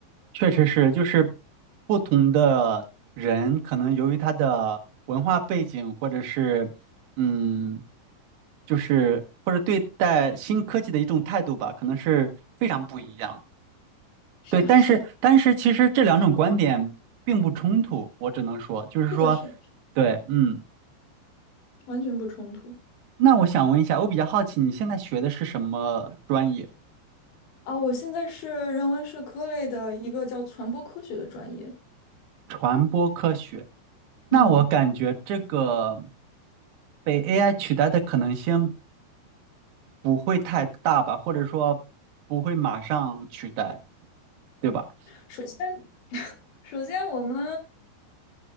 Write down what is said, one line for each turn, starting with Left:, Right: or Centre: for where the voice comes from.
Right: 确实是，就是不同的人，可能由于他的文化背景，或者是嗯，就是或者对待新科技的一种态度吧，可能是非常不一样。
Left: <laughs> 是的，
Right: 对，但是但是其实这两种观点并不冲突，
Left: 是的，
Right: 我只能说，就是说，
Left: 是的，是的，
Right: 对，嗯，
Left: 完全不冲突。
Right: 那我想问一下，我比较好奇你现在学的是什么专业？
Left: 啊，我现在是人文社科类的一个叫传播科学的专业。
Right: 传播科学。
Left: 嗯，
Right: 那我感觉这个被 AI 取代的可能性。不会太大吧，或者说不会马上取代，对吧？
Left: 首先，<laughs> 首先我们